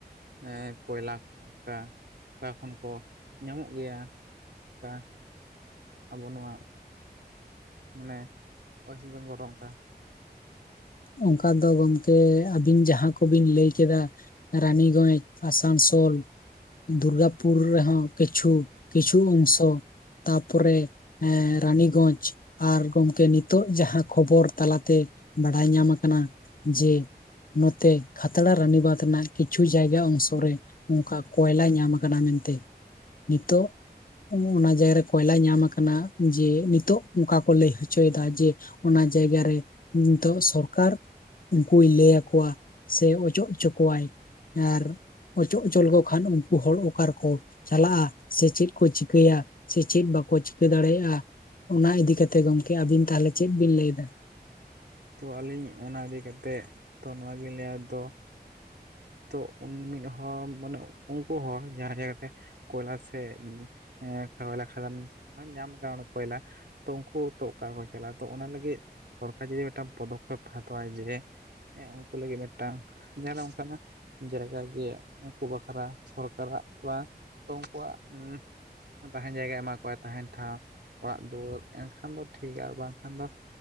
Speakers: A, on the right (about 80°); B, on the left (about 55°).
A: ᱮᱸ ᱠᱚᱭᱞᱟ ᱠᱚ ᱚᱱᱠᱟ ᱚᱠᱟ ᱠᱷᱚᱱ ᱠᱚ ᱧᱟᱢᱚᱜ ᱜᱮᱭᱟ ᱚᱱᱠᱟ ᱟᱵᱚ ᱱᱚᱣᱟ ᱢᱟᱱᱮ ᱳᱭᱮᱥ ᱵᱮᱝᱜᱚᱞ ᱨᱮ ᱚᱱᱠᱟ ᱾
B: ᱚᱱᱠᱟ ᱫᱚ ᱜᱚᱢᱠᱮ ᱟᱵᱤᱱ ᱡᱟᱦᱟ ᱠᱚᱵᱤᱱ ᱞᱟᱹᱭ ᱠᱮᱫᱟ, ᱨᱟᱱᱤᱜᱚᱡᱽ, ᱟᱥᱟᱱᱥᱳᱞ ᱫᱩᱨᱜᱟᱯᱩᱨ ᱨᱮᱦᱚᱸ ᱠᱤᱪᱷᱩ ᱠᱤᱪᱷᱩ ᱚᱝᱥᱚ ᱛᱟᱯᱚᱨᱮ ᱮᱸ ᱨᱟᱱᱤᱜᱚᱡᱽ ᱟᱨ ᱜᱚᱢᱠᱮ ᱱᱤᱛᱚᱜ ᱡᱟᱦᱟᱸ ᱠᱷᱚᱵᱚᱨ ᱛᱟᱞᱟᱛᱮ, ᱵᱟᱲᱟᱭ ᱧᱟᱢ ᱟᱠᱟᱱᱟ ᱡᱮ ᱱᱚᱛᱮ ᱠᱷᱟᱛᱲᱟ, ᱨᱟᱱᱤᱵᱟᱫᱽ ᱨᱮᱱᱟᱜ ᱠᱤᱪᱷᱩ ᱡᱟᱭᱜᱟ ᱚᱝᱥᱚ ᱨᱮᱼᱼ ᱚᱱᱠᱟ ᱠᱚᱭᱞᱟ ᱧᱟᱢ ᱠᱟᱱᱟ ᱢᱮᱱᱛᱮ ᱱᱤᱛᱚᱜ᱾ ᱚᱱᱟ ᱡᱟᱭᱜᱟᱨ ᱨᱮ ᱠᱚᱭᱞᱟ ᱧᱟᱢ ᱟᱠᱟᱱᱟ ᱡᱮ ᱱᱤᱛᱚᱜ ᱚᱱᱠᱟ ᱠᱚ ᱞᱟᱹᱭ ᱦᱚᱪᱚᱭᱮᱫᱟ ᱡᱮ, ᱚᱱᱟ ᱡᱟᱭᱜᱟ ᱨᱮ ᱱᱤᱛᱚᱜ ᱥᱚᱨᱠᱟᱨᱼᱼ ᱩᱱᱠᱩᱭ ᱞᱟᱹᱭ ᱟᱠᱚᱣᱟ ᱥᱮ ᱚᱪᱚᱜ ᱦᱚᱪᱚ ᱠᱚᱣᱟᱭ ᱟᱨ ᱚᱪᱚᱜ ᱦᱚᱪᱚ ᱞᱮᱠᱚ ᱠᱷᱟᱱ ᱩᱱᱠᱩ ᱦᱚᱲ ᱚᱠᱟ ᱨᱮᱠᱚ ᱪᱟᱞᱟᱜᱼᱟ ᱥᱮ ᱪᱮᱫ ᱠᱚ ᱪᱤᱠᱟᱹᱭᱟ ᱥᱮ ᱪᱮᱫ ᱵᱟᱠᱚ ᱪᱤᱠᱟᱹ ᱫᱟᱲᱮᱭᱟᱜᱼᱟ᱾ ᱚᱱᱟ ᱤᱫᱤ‌ ᱠᱟᱛᱮᱜ ᱜᱚᱢᱠᱮ ᱟᱵᱤᱱ ᱛᱟᱦᱚᱞᱮ ᱪᱮᱫ ᱵᱤᱱ ᱞᱟᱹᱭ ᱮᱫᱟ?
A: ᱛᱚ ᱟᱹᱞᱤᱧ ᱚᱱᱟ ᱤᱫᱤ ᱠᱟᱛᱮ ᱛᱚ ᱱᱚᱣᱟᱜᱤᱧ ᱞᱟᱹᱭᱟ ᱛᱚ ᱛᱚ ᱩᱱ ᱢᱤᱫ ᱦᱚᱲ ᱢᱟᱱᱮ ᱩᱱᱠᱩ ᱦᱚᱲ ᱡᱟᱦᱟᱸ ᱡᱟᱭᱜᱟᱯᱮ, <unintelligible> ᱠᱚᱭᱞᱟ ᱥᱮ ᱮᱸ ᱠᱷᱟᱣᱞᱟ ᱠᱷᱟᱫᱟᱱ ᱢᱟᱱᱮ ᱧᱟᱢ <unintelligible> ᱠᱚᱭᱞᱟ, ᱛᱚ ᱩᱱᱠᱩ ᱛᱚ ᱚᱠᱟ ᱠᱚ ᱪᱟᱞᱟᱜᱼᱟ ᱛᱚ ᱚᱱᱟ ᱞᱟᱹᱜᱤᱫ ᱥᱚᱨᱠᱟᱨ ᱡᱩᱫᱤ ᱢᱤᱫᱴᱟᱱ ᱯᱚᱫᱚᱠᱷᱮᱯ ᱦᱟᱛᱟᱣᱟ ᱡᱮ ᱦᱮᱸ ᱩᱱᱠᱩ ᱞᱟᱹᱜᱤᱫ ᱢᱤᱫᱴᱟᱝ ᱧᱮᱞᱟ ᱚᱱᱠᱟᱱᱟᱜ ᱡᱟᱭᱜᱟ ᱡᱮ ᱩᱱᱠᱩ ᱵᱟᱠᱷᱨᱟ ᱥᱚᱨᱠᱟᱨᱟᱜ ᱵᱟ ᱩᱱᱠᱩᱣᱟᱜ ᱩᱸ ᱛᱟᱦᱮᱱ ᱡᱟᱭᱜᱟᱭ ᱮᱢᱟ ᱠᱚᱣᱟᱭ ᱛᱟᱦᱮᱱ ᱴᱷᱟᱶ ᱚᱲᱟᱜ ᱫᱩᱣᱟᱹᱨ ᱮᱱᱠᱷᱟᱱ ᱫᱚ ᱴᱷᱤᱠ ᱜᱮᱭᱟ, ᱵᱟᱝᱠᱷᱟᱱ ᱫᱚ